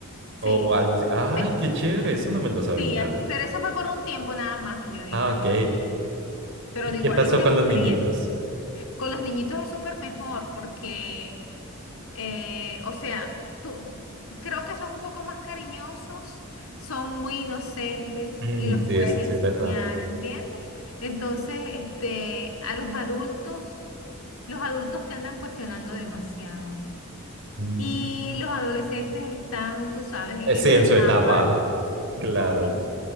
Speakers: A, on the left (about 70°); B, on the right (about 55°).
A: sí.
B: O algo así. Ay,
A: Pe-
B: qué chévere, eso no me lo sabía.
A: sí, ah, pero eso fue por un tiempo nada más que yo di
B: Ah,
A: unas
B: ok.
A: clases, pero
B: ¿Y
A: de
B: qué
A: igual
B: pasó
A: es una
B: con
A: experiencia.
B: los niñitos?
A: Con los niñitos es súper mejor porque Eh, o sea, tú, creo que son un poco más cariñosos, son muy inocentes
B: Mm,
A: y los
B: sí,
A: puedes
B: eso sí
A: enseñar,
B: es verdad.
A: ¿entiendes? Entonces, este, a los adultos, los adultos te andan cuestionando demasiado.
B: Mm.
A: Y los adolescentes están, tú sabes, en
B: Eh, sí,
A: esa
B: en
A: etapa,
B: su etapa, claro.
A: oh, mi-